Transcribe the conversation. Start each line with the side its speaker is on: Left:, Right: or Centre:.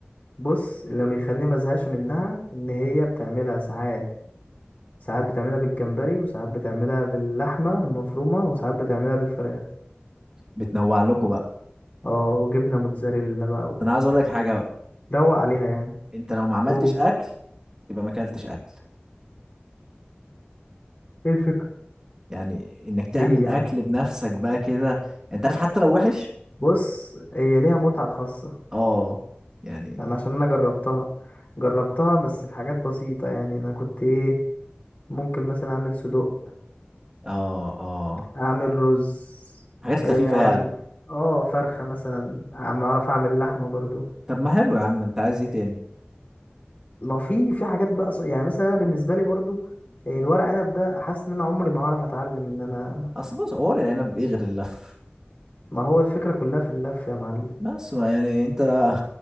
Left: بص اللي ما بيخليني ما ازهقش منها ان هي بتعملها ساعات ساعات بتعملها بالجمبري وساعات بتعملها باللحمه المفرومه وساعات بتعملها بالفراخ
Right: بتنوع لكم بقى
Left: اه وجبنه موتزاريلا بقى
Right: انا عايز اقول لك حاجه بقى
Left: وروق عليها يعني
Right: انت لو ما عملتش
Left: قول
Right: اكل يبقى ما اكلتش اكل
Left: ايه الفكرة
Right: يعني انك تعمل
Left: ليه يعني
Right: اكل بنفسك بقى كده انت عارف حتى لو وحش
Left: بص هي ليها متعه خاصه
Right: اه يعني
Left: انا عشان انا جربتها جربتها بس في حاجات بسيطه يعني انا كنت ايه ممكن مثلا اعمل صدوق
Right: اه اه
Left: اعمل رز
Right: حاجات خفيفه
Left: إيه اعمل
Right: يعني
Left: اه فرخه مثلا اعمل اعرف اعمل لحمه برضو
Right: طب ما حلو يا عم انت عايز ايه تاني
Left: ما في في حاجات بقى ص- يعني مثلا انا بالنسبه لي برضو آه، الورق عنب ده حاسس ان انا عمري ما هعرف اتعلم ان انا
Right: اصل بص ورق العنب ايه غير اللف
Left: ما هو الفكره كلها في اللف يا معلم
Right: بس ما يعني انت <laughs>